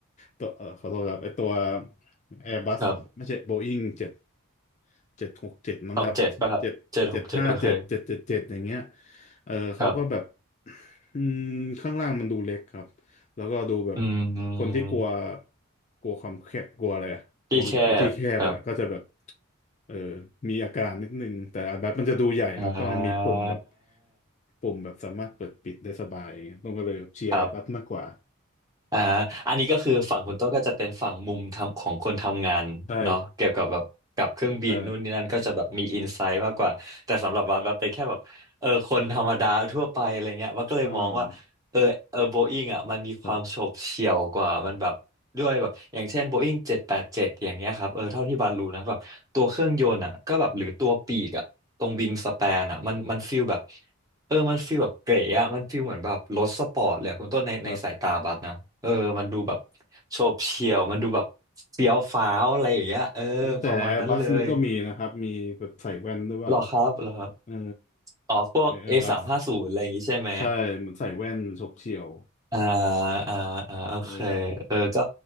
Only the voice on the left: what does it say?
ตัวเออขอโทษครับไอตัว Airbus
ไม่ใช่ Boeing เจ็ดเจ็ดหกเจ็ดมั้งครับเจ็ดเจ็ดห้าเจ็ดเจ็ดเจ็ดเจ็ดอย่างเงี้ย
เออเขาก็แบบ
อืมข้างล่างมันดูเล็กครับแล้วก็ดูแบบ
คนที่กลัว
กลัวความแคบกลัวอะไรอะกลัวกลัวที่แคบเนี่ยก็จะแบบ
เออมีอาการนิดนึงแต่อาบบมันจะดูใหญ่แล้วก็มีปุ่มแบบ
ปุ่มแบบสามารถเปิดปิดได้สบาย ต้องก็เลยเชียร์
Airbus มากกว่า
ใช่ ใช่อ่าครับ
ครับ
เอ๊ะแต่ Airbus มันก็มีนะครับ มีแบบใส่แว่นด้วยเปล่า
เออ
Airbus
ใช่เหมือนใส่แว่นฉกเฉี่ยว
ใช่ครับ